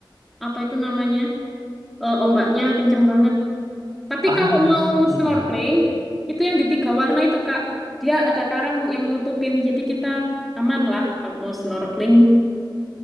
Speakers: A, in the centre; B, on the right.
A: apa itu namanya? Eh, ombaknya kenceng banget. Tapi
B: Ah,
A: kalau mau
B: iya
A: snorkeling,
B: ya.
A: itu yang di tiga warna itu, Kak. Dia ada karang yang nutupin, jadi kita aman lah kalau mau snorkeling.